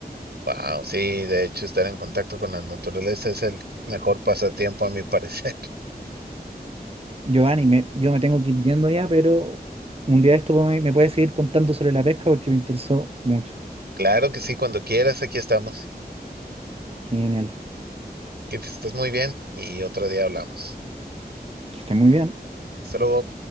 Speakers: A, on the right (about 80°); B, on the right (about 35°).
A: Wow, sí, de hecho estar en contacto con la naturaleza es el mejor pasatiempo a mi parecer. <laughs>
B: Giovanni, me- yo me tengo que ir yendo ya, pero un día de esto me, me puedes seguir contando sobre la pesca porque me interesó mucho.
A: Claro que sí, cuando quieras, aquí estamos.
B: Genial.
A: Que te estés muy bien y otro día hablamos.
B: Que esté muy bien.
A: Hasta luego.